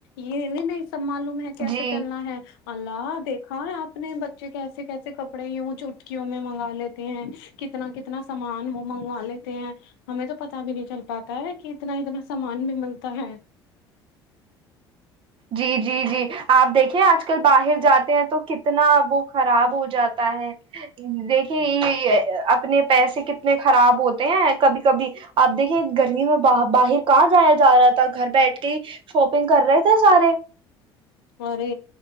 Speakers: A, on the left; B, on the right.
A: یہ نہیں سب معلوم ہے کیسے
B: جی
A: چلنا ہے اللہ دیکھ ہاں اپنے بچے کیسے کیسے کپڑے یوں چوٹکیوں میں منگا لیتے ہیں کتنا کتنا سامان وہ منگوا لیتے ہیں ہمیں تو پتا بھی نہیں چل پاتا ہے کہ اتنا اتنا سامان بھی ملتا ہے
B: جی جی <unintelligible> جی جی آپ دیکھیں آج کل باہر جاتے ہیں تو کتنا وہ خراب ہو جاتا ہے دیکھے اپنے پیسے کتنے خراب ہوتے ہیں کبھی کبھی آپ دیکھیں گرمی میں باہر باہر کہاں جایا جا رہا تھا گھر بیٹھ کے شاپنگ کر رہے تھ تھ سارے <unintelligible>
A: ارے